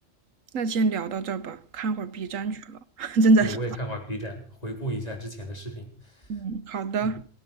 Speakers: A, on the right; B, on the left.
A: 那先聊到这儿吧，看会儿 B 站去了，<laughs> 真的是
B: 对我也看过 B 站，回顾一下之前的视频，
A: 嗯，好的。
B: 嗯。